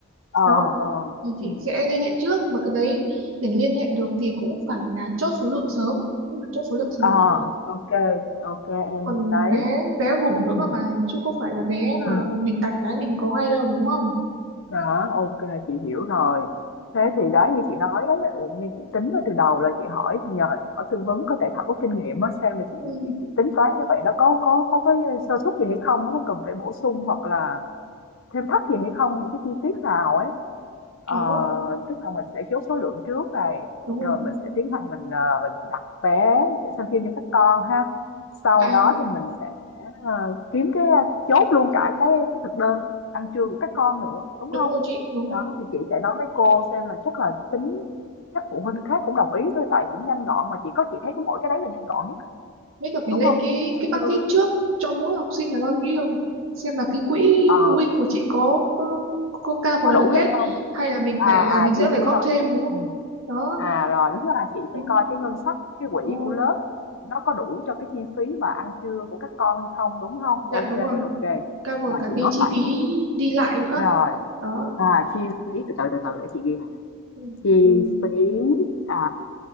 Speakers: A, on the left; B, on the right.
A: Ờ,
B: đó
A: ờ.
B: thì
A: ừ
B: chị sẽ liên hệ trước mà cái đấy để liên hệ được thì cũng phải là chốt số lượng sớm cũng phải chốt số lượng sớm
A: Ờ,
B: ấy
A: ok ok em.
B: còn
A: Đấy.
B: vé vé vùng nữa
A: ừ
B: cơ mà chứ không phải là vé
A: ừ
B: mà mình tạch cái mình có ngay đâu đúng không
A: Đó, ok chị hiểu rồi. Thế
B: đúng không
A: thì đó như chị nói ấy, là như chị tính ở từ đầu là chị hỏi nhờ hỏi tư vấn có tại Thảo có kinh nghiệm á xem mà chị,
B: ừ.
A: chị chị tính toán như vậy nó có có có cái sơ suất gì hay không, nó có cần phải bổ sung hoặc là thêm thắt gì hay không những cái chi tiết nào ấy. Ờ,
B: đó
A: tức là mình sẽ chốt số lượng trước này
B: đúng
A: rồi
B: rồi
A: mình sẽ tiến hành mình ờ, mình đặt vé để xem phim cho các con ha. Sau
B: à
A: đó thì mình sẽ ờ, kiếm cái chốt luôn cả cái cái thực đơn ăn trưa của các con nữa đúng
B: đúng
A: không?
B: rồi chị đúng
A: Đó,
B: rồi
A: thì chị sẽ nói với cô xem là chắc là tính các phụ huynh khác cũng đồng ý thôi tại cũng nhanh gọn mà chỉ có chị thấy có mỗi cái đấy là nhanh gọn nhất
B: Mấy cả phải
A: đúng
B: lên
A: không?
B: cái
A: Ăn
B: cái budget
A: trưa
B: trước cho mỗi học sinh là bao nhiêu xem là cái quỹ
A: ờ,
B: phụ huynh của chị có có có cover
A: có đủ
B: được
A: hay
B: hết
A: không?
B: hay là mình
A: À
B: phải à,
A: à
B: mình sẽ
A: chị
B: phải
A: hiểu
B: góp
A: rồi.
B: thêm đúng không
A: Ừ.
B: đó
A: À rồi đúng là chị
B: đúng
A: sẽ coi cái ngân sách cái quỹ
B: đúng rồi
A: của lớp nó có đủ cho cái chi phí mà ăn trưa của các con hay không đúng không?
B: dạ
A: Ok
B: đúng rồi
A: ok.
B: cover
A: Rồi
B: cả
A: chị
B: cái
A: nốt
B: chi
A: lại
B: phí
A: nhé.
B: đi lại nữa
A: Rồi,
B: đó
A: à chi phí từ từ từ từ để chị ghi này nè.
B: ừ,
A: Chi
B: ừ.
A: phí à,